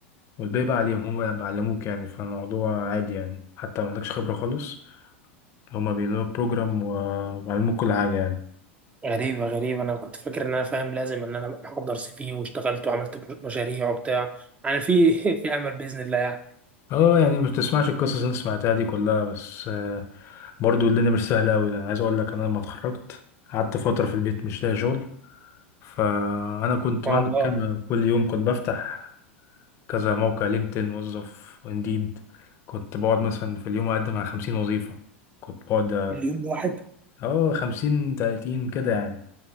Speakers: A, on the left (about 40°); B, on the right (about 20°).
A: والباقي بقى عليهم هم بيعلموك يعني فالموضوع عادي يعني حتى ما عندكش خبرة خالص هما بيعملوا بروجرام و- وعلموك كل حاجة يعني
B: غريبة غريبة أنا كنت فاكر إن أنا فاهم لازم إن أنا أحضر سي في واشتغلت وعملت مشاريع وبتاع يعني في <laughs> في أمل بإذن الله يعني
A: اه يعني مش بتسمعش القصص اللي انت سمعتها دي كلها بس آه، برضو الدنيا مش سهلة أوي يعني عايز أقول لك أنا لما اتخرجت قعدت فترة في البيت مش لاقي شغل فأنا كنت
B: والله
A: بعمل كده كل يوم كنت بفتح كذا موقع لينكدين وظف وانديد كنت بقعد مثلا في اليوم أقدم على خمسين وظيفة كنت بقعد
B: اليوم الواحد
A: اه خمسين تلاتين كده يعني